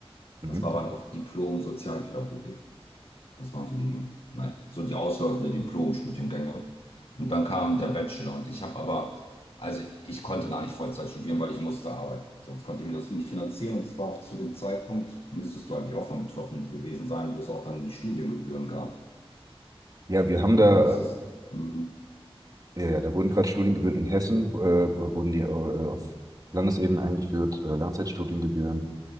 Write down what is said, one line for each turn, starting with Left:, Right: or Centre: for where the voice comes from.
Right: Mhm.
Left: Das war aber noch Diplom Sozialpädagogik. Das waren so die, naja, so die Ausläufe der Diplom-Studiengänge. Und dann kam der Bachelor und ich habe aber, also ich konnte gar nicht Vollzeit studieren, weil ich musste arbeiten. Sonst konnte ich mir das so nicht finanzieren und es war auch zu dem Zeitpunkt, müsstest du eigentlich auch von betroffen gewesen sein, wo es auch dann die Studiengebühren gab.
Right: Ja, wir haben
Left: Also
Right: da,
Left: du musstest, mm,
Right: äh, ja, da wurden gerade Studiengebühren in Hessen, äh, wurden die äh, auf Landesebene eingeführt, äh, Langzeitstudiengebühren.